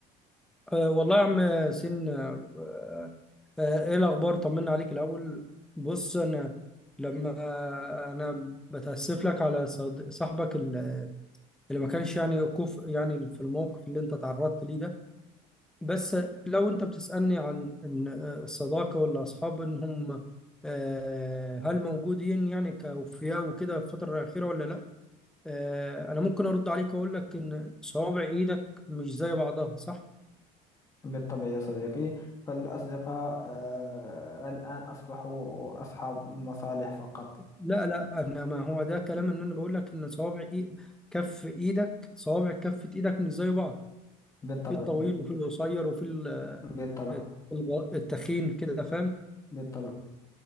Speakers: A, in the centre; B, on the left.
A: أه والله يا عم ياسين أه آه، آه، ايه الاخبار طمنا عليك الاول بص انا لما آه، انا بتاسف لك على صد- صاحبك ال- اللي ما كانش يعني كوف يعني في الموقف اللي انت تعرضت ليه ده بس لو انت بتسالني عن ان آه، الصداقه والاصحاب ان هم آه، هل موجودين يعني كأوفياء وكده في الفترة الأخيرة ولا لأ؟ آه، أنا ممكن أرد عليك وأقول لك إن صوابع إيدك مش زي بعضها صح؟
B: بالطبع يا صديقي فالأصدقاء آه، الآن أصبحوا أصحاب مصالح فقط
A: لا لا انا ما هو ده كلام ان انا بقول لك ان صوابع إي... كف ايدك صوابع كفة ايدك مش زي بعض
B: بالطبع
A: في الطويل
B: بال-
A: وفي القصير وفي ال-
B: بالطبع
A: الغ- التخين كده فاهم
B: بالطبع